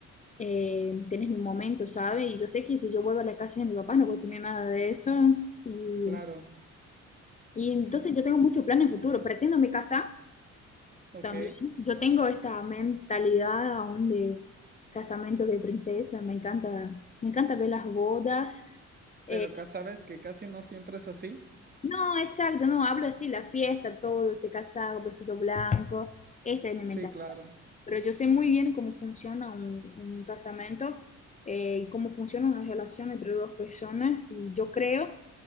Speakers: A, on the left; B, on the right.
A: eh, tener mi momento, ¿sabes? Y yo sé que si yo vuelvo a la casa de mis papás no voy a tener nada de eso. Y
B: claro.
A: y entonces
B: mm,
A: yo tengo muchos planes en futuro. Pretendo me casar
B: Ok,
A: también. Yo tengo esta mentalidad aún de casamiento de princesa. Me encanta, me encanta ver las bodas.
B: pero
A: Eh,
B: ca- sabes que casi no siempre es así.
A: no, exacto, no, hablo así, la fiesta, todo, ese casado, vestido blanco. Esta es mi mentalidad.
B: Sí, claro,
A: Pero yo sé muy bien cómo funciona un, un casamento eh, y cómo funciona una relación entre dos personas. Y yo creo